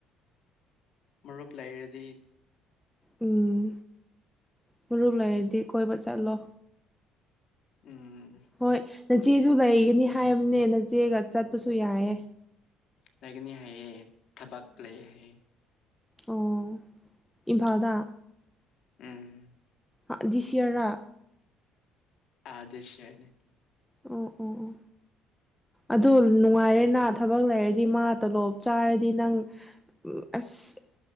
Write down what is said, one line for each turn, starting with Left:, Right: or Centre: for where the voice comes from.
Left: ꯃꯔꯨꯞ ꯂꯩꯔꯗꯤ
Centre: ꯎꯝ ꯃꯔꯨꯞ ꯂꯩꯔꯗꯤ ꯀꯣꯏꯕ ꯆꯠꯂꯣ
Left: ꯎꯝ
Centre: ꯍꯣꯏ ꯅꯆꯦꯁꯨ ꯂꯩꯒꯅꯤ ꯍꯥꯏꯕꯅꯦ ꯅꯆꯦꯒ ꯆꯠꯄꯁꯨ ꯌꯥꯏꯑꯦ
Left: ꯂꯩꯒꯅꯤ ꯍꯥꯏꯌꯦ ꯊꯕꯛ ꯂꯩꯑꯦ ꯍꯥꯏꯌꯦ
Centre: ꯑꯣ ꯏꯝꯐꯥꯜꯗ
Left: ꯎꯝ
Centre: ꯑ ꯗ꯭ꯤꯁꯏꯋ꯭ꯔꯔꯥ
Left: ꯑꯥ ꯗ꯭ꯤꯁꯏꯋ꯭ꯔꯅꯦ
Centre: ꯑꯣ ꯑꯣ ꯑꯣ ꯑꯗꯣ ꯅꯨꯡꯉꯥꯏꯔꯦꯅꯥ ꯊꯕꯛ ꯂꯩꯔꯗꯤ ꯃꯥ ꯇꯣꯂꯣꯞ ꯆꯥꯔꯗꯤ ꯅꯪ ꯑꯁ